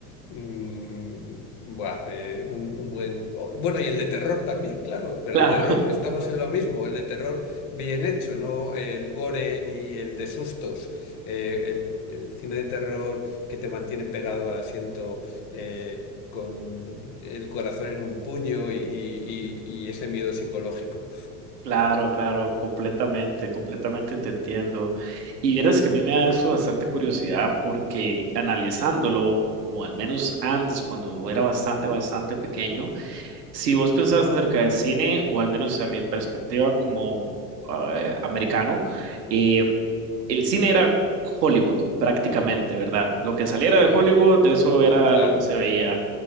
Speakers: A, on the left; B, on the right.
A: Mm, buah, eh, un, un buen... oh, bueno, y el de terror también, claro, pero
B: Claro.
A: el de terror estamos en lo mismo, el de terror bien hecho, no el gore ni el de sustos. Eh, el, el cine de terror que te mantiene pegado al asiento eh, con el corazón en un puño y, y- y- y ese miedo psicológico.
B: Claro, claro, completamente, completamente te entiendo. Y vieras que a mí me da eso bastante curiosidad porque analizándolo, o al menos antes, cuando era bastante, bastante pequeño, si vos pensabas acerca de cine, o al menos a mi perspectiva como eh, americano, eh, el cine era Hollywood prácticamente, ¿verdad? Lo que saliera
A: Claro,
B: de Hollywood, eso era
A: claro,
B: lo que se veía.